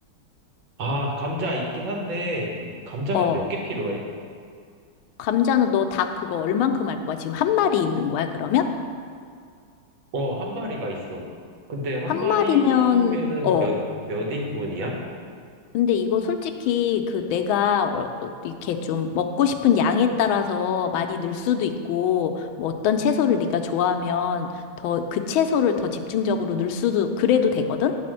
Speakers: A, on the right; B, on the left.
A: 아, 감자 있긴 한데, 이 감자가
B: 어.
A: 몇 개 필요해?
B: 감자는 너 닭 그거 얼만큼 할 거야? 지금 한 마리 있는 거야, 그러면?
A: 어, 한 마리가 있어. 근데 한
B: 한
A: 마리면은
B: 마리면 어.
A: 몇, 몇 인분이야?
B: 근데 이거 솔직히 그 내가 어- 어- 이렇게 좀 먹고 싶은 양에 따라서 많이 늘 수도 있고 뭐 어떤 채소를 네가 좋아하면 더 그 채소를 더 집중적으로 넣을 수도 그래도 되거든?